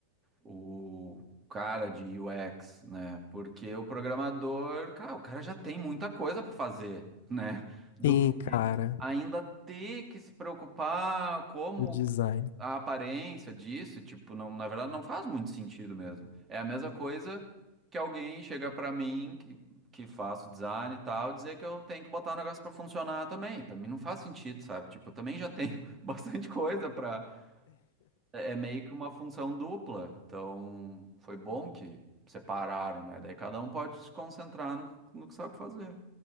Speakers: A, on the right; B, on the left.
A: o cara de UX, né? Porque o programador, cara, o cara já tem muita coisa para fazer, <laughs> né? Do
B: Sim,
A: que
B: cara,
A: ainda ter que se preocupar como
B: o design.
A: a aparência disso, tipo, não, na verdade não faz muito sentido mesmo. É a mesma coisa que alguém chega pra mim que, que faço design e tal, dizer que eu tenho que botar o negócio pra funcionar também. Pra mim não faz sentido, sabe? Tipo, eu também já tenho <laughs> bastante coisa pra. É é meio que uma função dupla. Então, foi bom que separaram, né? Daí cada um pode se concentrar no, que- no que sabe fazer.